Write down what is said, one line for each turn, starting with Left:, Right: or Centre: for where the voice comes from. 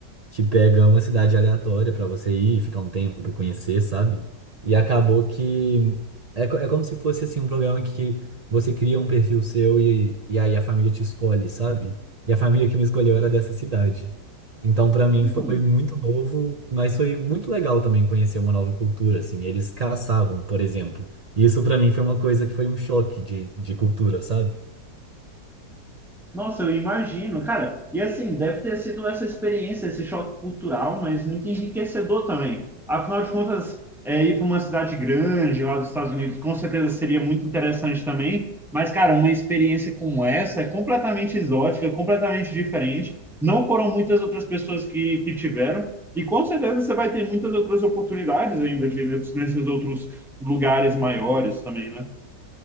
Right: que pega uma cidade aleatória pra você ir, ficar um tempo e conhecer, sabe? E acabou que é, co- é como se fosse assim um programa que você cria um perfil seu e, e aí a família te escolhe, sabe? E a família que me escolheu era dessa cidade. Então, pra mim
Centre: Hum.
Right: foi muito novo, mas foi muito legal também conhecer uma nova cultura, assim. Eles caçavam, por exemplo. E isso pra mim foi uma coisa que foi um choque de, de cultura, sabe?
Centre: Nossa, eu imagino, cara. E assim, deve ter sido essa experiência, esse choque cultural, mas muito enriquecedor também. Afinal de contas, é, ir para uma cidade grande lá dos Estados Unidos, com certeza seria muito interessante também. Mas, cara, uma experiência como essa é completamente exótica, completamente diferente. Não foram muitas outras pessoas que, que tiveram. E com certeza você vai ter muitas outras oportunidades ainda de, nesses outros lugares maiores também, né?